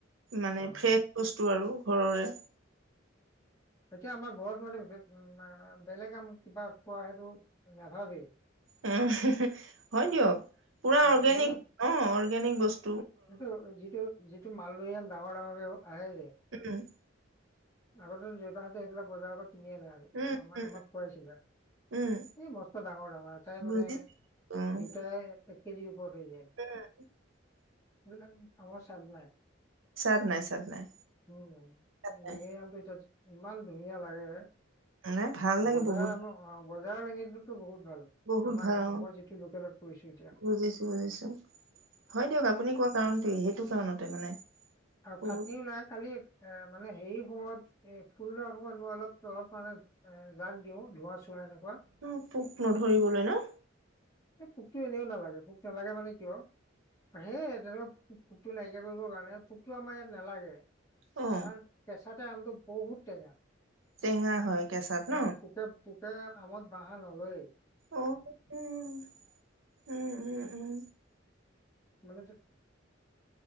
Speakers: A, on the right; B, on the left.
A: মানে
B: অ
A: ফ্ৰেচ বস্তু আৰু। ঘৰৰে
B: এতিয়া আমাৰ ঘৰত মানে বেলেগ আম কিবা কোৱা সেইটো নাভাবেই।
A: উম, হয় দিয়ক। পুৰা
B: অ
A: অৰ্গেনিক
B: মানে
A: অ'। অৰ্গনিক বস্
B: এইটো, যিটো যিটো মালদৈআম ডাঙৰ-ডাঙৰকে হায়েৰে
A: উম
B: আগতেতো দেউতাহতে এইবিলাক বজাৰ কিনি আনে আৰু,
A: উম
B: আম-আমাক
A: উম
B: খোৱাইছিলে,
A: উম
B: এই মস্ত ডাঙৰ-ডাঙৰ এটাই
A: বুজিছো
B: মানে
A: উম
B: দুটাই এক কেজিৰ ওপৰত হৈ যায়। এইবিলাক
A: উম
B: আমাৰ সাইডত নাই।
A: চাইত নাই, চাইত নাই।
B: উম,
A: চাদ নাই
B: নেঙেৰি আমটো এটা ইমান ধুনীয়া লাগে
A: নাই ভাল লাগে
B: বজাৰ
A: বহুত
B: অ বজাৰ <unintelligible> বহুত ভাল,
A: বহুত
B: আমাৰ,
A: ভাল অ
B: মই যিটো লোকেলত পৰিছো এতিয়া।
A: বুজিছো বুজিছো হয় দিয়ক আপুনি কোৱা কাৰণটোয়ে সেইটো কাৰণতে মানে
B: আৰু
A: বহুত
B: ফাটিও নাই, কালি এ মানে হেৰি সময়ত, এ ফুল ৰুৱা সময়ত মই অলপ-অলপমান এ জাগ দিও, ধোঁৱা-চোৱা এনেকুৱা।
A: অ নধৰিবলৈ না।
B: পোকটো এনেও নালাগে পো নেলাগে মানে কিয়। হেই এদেলক পোকটো নাইকিয়া কৰিবৰ কাৰণে, পোকটো আমাৰ ইয়াত নালাগে।
A: অ
B: কাৰণ কেঁচাতে আমটো বহুত টেঙা,
A: টেঙা হয় কেঁচাত
B: অ
A: ন
B: পোকে পো আমত বাঁহা নলয়ে।
A: অ উম। উম, উম, উম।
B: মানে যে